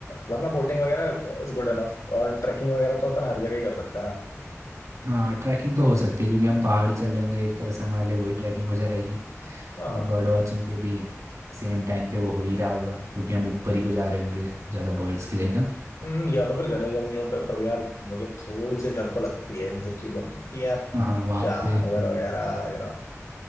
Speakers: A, on the left (about 85°); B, on the right (about 85°).
A: वरना बोटिंग वगैरह इज गुड इनफ और ट्रैकिंग वगैरह तो अपन हर जगह ही कर सकते हैं ना
B: हाँ ट्रैकिंग तो हो सकती है क्योंकि हम पहाड़ी चल रहे होंगे एक तरह से हमारे लिए वही ट्रैकिंग हो जाएगी
A: हाँ
B: और बर्ड वॉचिंग पे भी सेम टाइम पे वो हो ही रहा होगा क्योंकि हम ऊपर ही को जा रहे होंगे ज़्यादा बर्ड्स के लिए ना
A: हम्म, या तो फिर घने जंगलों पे पर यार मुझे थोड़ी सी डर तो लगती है इन सब चीजों की कि यार
B: हाँ वहाँ
A: जानवर
B: पे हम्म,
A: वगैरह यू नो